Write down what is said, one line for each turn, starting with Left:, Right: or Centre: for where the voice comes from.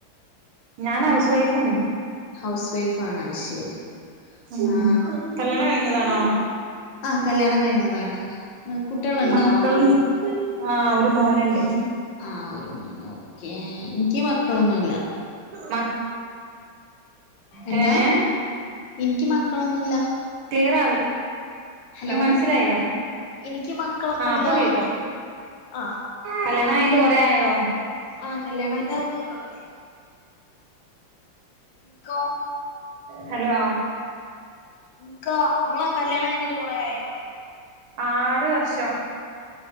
Right: ഞാൻ ഹൗസ് വൈഫ് ആണേ
Left: ഹൗസ് വൈഫ് ആണോ, ശരി,
Right: ഉം
Left: ആ
Right: കല്യാണം കഴിഞ്ഞതാണോ
Left: ആ കല്യാണം കഴിഞ്ഞതാണ് കുട്ടികളുണ്ടോ?
Right: മക്കളും ആ ഒരു മോനുണ്ട്
Left: ആ ഒരു മോന്, ഓക്കേ എനിക്ക് മക്കളൊന്നുമില്ല.
Right: മ
Left: എന്താ,
Right: എങ്ങനെ
Left: എനിക്ക് മക്കളൊന്നുമില്ല
Right: ക്ലിയർ ആവി
Left: ഹലോ,
Right: മനസ്സിലായില്ല
Left: എനിക്ക് മക്കളൊന്നുമില്ല
Right: ആ അപ്പൊ കേക്കാം
Left: ആ
Right: കല്യാണം അയിട്ട് കുറെയായോ
Left: ആ കല്യാണോക്ക മൂന്ന് കൊല്ലായി ഇക്ക
Right: ഹലോ
Left: ഇക്ക നിങ്ങള കല്യാണം കഴിഞ്ഞിട്ട് കൊറേആയിനോ
Right: ആറ് വർഷം